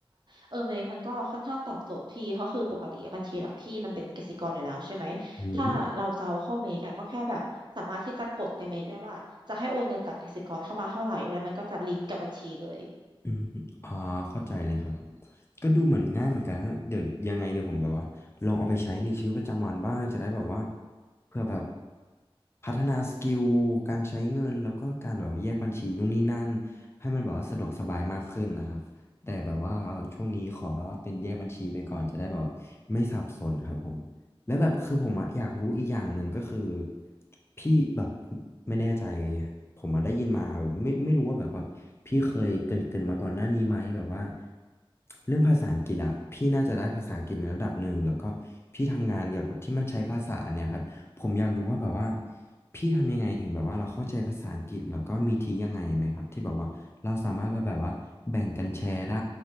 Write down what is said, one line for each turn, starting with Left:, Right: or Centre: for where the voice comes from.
Right: เออเมกมันก็ค่อนข้างตอบโจทย์พี่เพราะคือปกติอะบัญชีหลักพี่มันเป็นกสิกรอยู่แล้วใช่ไหมถ้าเราจะเอาเข้าเมกอะก็แค่แบบสามารถที่จะกดในเมกได้ว่าจะให้โอนเงินจากกสิกรเข้ามาเท่าไหร่แล้วมันก็จะลิงก์กับบัญชีเลย
Left: อืม อืมอ๋อเข้าใจเลยครับก็ดูเหมือนง่ายเหมือนกันฮะเดี๋ยวยังไงเดี๋ยวผมแบบว่าลองเอาไปใช้ในชีวิตประจำวันบ้างจะได้แบบว่าเพื่อแบบพัฒนาสกิลการใช้เงินแล้วก็การแบบว่าแยกบัญชีนู่นนี่นั่นให้มันแบบว่าสะดวกสบายมากขึ้นนะครับแต่แบบว่าช่วงนี้ขอแบบว่าเป็นแยกบัญชีไปก่อนจะได้แบบว่าไม่สับสนครับผม แล้วแบบคือผมอะอยากรู้อีกอย่างหนึ่งก็คือพี่แบบไม่แน่ใจผมมาได้ยินมาไม่ไม่รู้ว่าแบบว่าพี่เคยเกรินเกรินมาก่อนหน้านี้ไหมแบบว่าเรื่องภาษาอังกฤษอะพี่น่าจะได้ภาษาอังกฤษในระดับหนึ่งแล้วก็พี่ทำงานเกี่ยวกับที่มันใช้ภาษาเนี่ยครับผมอยากรู้ว่าแบบว่าพี่ทำยังไงถึงแบบว่าเราเข้าใจภาษาอังกฤษแล้วก็มีทียังไงไหมครับที่แบบว่า เราสามารถแบบแบบว่าแบ่งกันแชร์ได้